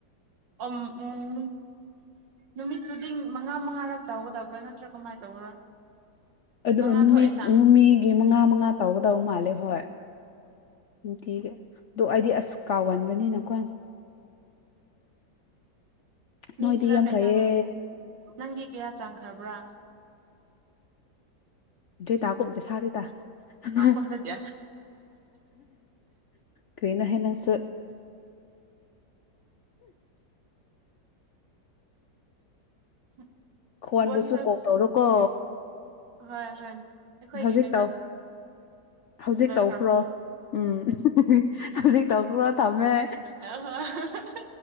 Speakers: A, on the right; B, on the left.
A: ꯑꯣ ꯎꯝ ꯅꯨꯃꯤꯠ ꯈꯨꯗꯤꯡ ꯃꯉꯥ ꯃꯉꯥꯔꯛ ꯇꯧꯒꯗꯕ꯭ꯔꯥ ꯅꯠꯇ꯭ꯔꯥ ꯀꯃꯥꯏꯅ ꯇꯧꯕ꯭ꯔꯥ
B: ꯑꯗꯣ
A: ꯃꯉꯥ
B: ꯅꯨꯃꯤꯠ
A: ꯊꯣꯛꯑꯦꯅ
B: ꯅꯨꯃꯤꯒꯤ ꯃꯉꯥ ꯉꯥ ꯇꯧꯒꯗꯧ ꯃꯥꯜꯂꯦ ꯍꯣꯏ ꯅꯨꯪꯇꯤꯒꯤ ꯑꯗꯨ ꯑꯩꯗꯤ ꯑꯁ ꯀꯥꯎꯒꯟꯕꯅꯤꯅꯀꯣ
A: ꯎꯝ
B: ꯅꯣꯏꯗꯤ
A: ꯈꯔꯥ
B: ꯌꯥꯝ
A: ꯀꯩꯅꯣ
B: ꯐꯩꯌꯦ
A: ꯅꯪꯗꯤ ꯀꯌꯥ ꯆꯥꯡꯈ꯭ꯔꯕ꯭ꯔꯥ
B: ꯑ ꯇꯥꯒꯨꯝꯁꯥꯗꯦꯗꯥ ꯑꯃꯥ
A: ꯑꯁꯣꯝꯗꯗꯤ
B: ꯀꯔꯤꯅꯥ ꯍꯦꯟꯅꯁꯨ
A: <inaudible>
B: ꯈꯣꯟꯕꯨꯁꯨ
A: ꯕꯣꯟ ꯈꯣꯏꯕꯨꯁꯨ
B: ꯀꯣꯜ ꯇꯧꯔꯨꯀꯣ
A: ꯍꯣꯏ ꯍꯣꯏ ꯑꯩꯈꯣꯏꯒꯤ
B: ꯍꯧꯖꯤꯛ
A: ꯀꯩꯅꯣ
B: ꯇꯧ ꯍꯧꯖꯤꯛ
A: ꯂꯣꯏꯈ꯭ꯔꯕ꯭ꯔꯣ
B: ꯇꯧꯈ꯭ꯔꯣ ꯎꯝ ꯍꯍꯍꯍ ꯍꯧꯖꯤꯛ ꯇꯧꯈ꯭ꯔꯣ ꯊꯝꯃꯦ
A: ꯍꯣꯏ ꯍꯣꯏ